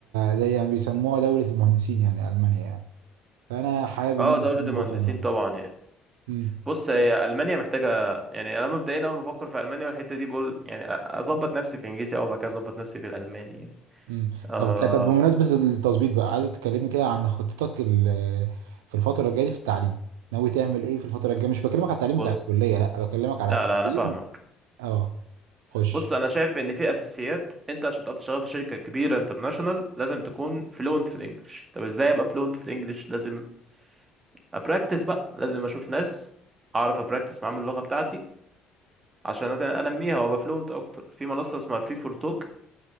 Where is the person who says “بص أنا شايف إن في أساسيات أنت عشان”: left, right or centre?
Right